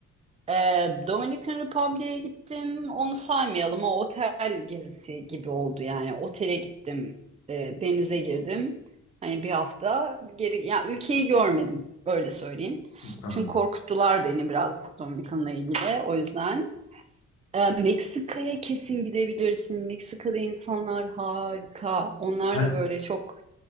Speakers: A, on the right; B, on the left.
A: Ee, Dominican Republic'e gittim. Onu saymayalım. O otel gezisi gibi oldu yani. Otele gittim. e, denize girdim. Hani bir hafta geri, ya ülkeyi görmedim. Öyle söyleyeyim.
B: Hı, anladım.
A: Çünkü korkuttular beni biraz Dominican'la ilgili. O yüzden. Ee, Meksika'ya kesin gidebilirsin. Meksika'da insanlar harika. Onlar
B: Ben
A: da böyle çok